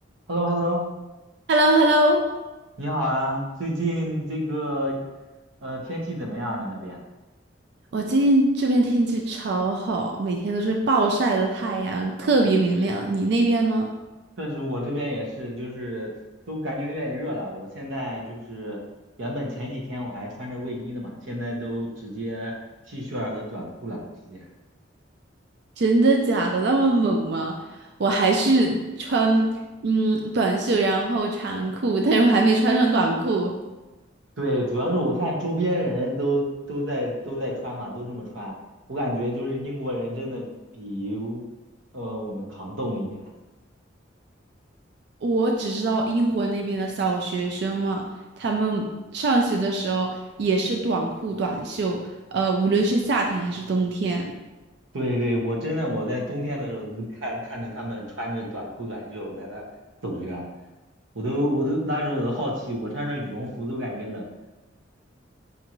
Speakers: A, on the right; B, on the right.
A: h e l l o h e l l o
B: h e l l o h e l l o
A: 你好啊！最近这个呃天气怎么样啊？你那边？
B: 我最近这边天气超好，每天都是暴晒的太阳，特别明亮。你那边呢？
A: 确实，我这边也是，就是都感觉有点热了。我现在就是原本前几天我还穿着卫衣的嘛，现在都直接 T 恤儿和短裤了，直接。
B: 真的假的？那么猛吗？我还是穿嗯短袖，然后长裤，但是我还没穿上短裤。
A: 对，主要是我看周边人都都在都在穿嘛，都这么穿，我感觉就是英国人真的比呃我们抗冻一点。
B: 我只知道英国那边的小学生嘛，他们上学的时候也是短裤短袖，呃，无论是夏天还是冬天。
A: 对对，我真的我在冬天的时候就看看着他们穿着短裤短袖在那走着，我都我都当时我都好奇，我穿着羽绒服都感觉冷。